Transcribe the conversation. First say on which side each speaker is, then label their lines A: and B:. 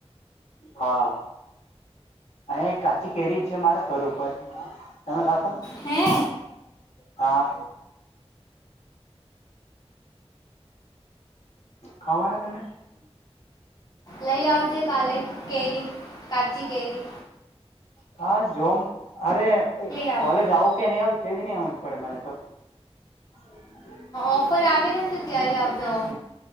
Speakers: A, on the left; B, on the left.
A: હા અહીં એક કાચી કેરી છે મારા સ્ર ઉપર તમે સા
B: હે.
A: હા ખવાના તને
B: લઈ આવઉજે કાલે કેરી પચ કેેરી
A: ખાસ જોમ અરે
B: આવો
A: કોલેજ આવું કે નહી આવું તેજ નહી હમજ પડે મને તો <inaudible>
B: ઓફર આવે ને તો ત્યારે આવજો.